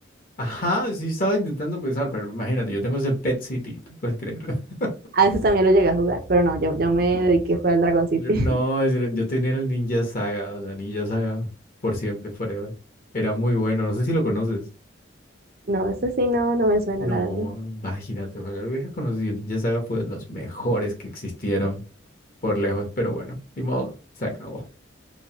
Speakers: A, on the left (about 45°); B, on the right (about 50°).
A: Ajá, sí estaba intentando pensar, pero imagínate, yo tengo es el Pet City, tú puedes creer. <laughs>
B: A veces también lo llegué a jugar, pero no, yo, yo me dediqué fue al Dragon City.
A: Yo- No,
B: <laughs>
A: es- yo tenía el Ninja Saga, o sea, Ninja Saga por siempre, forever. Era muy bueno, no sé si lo conoces.
B: No, ese sí no, no me suena,
A: No,
B: la verdad.
A: imagínate, ojalá lo hubiera conocido. El Ninja Saga fue de los mejores que existieron por lejos, pero bueno, ni modo, se acabó.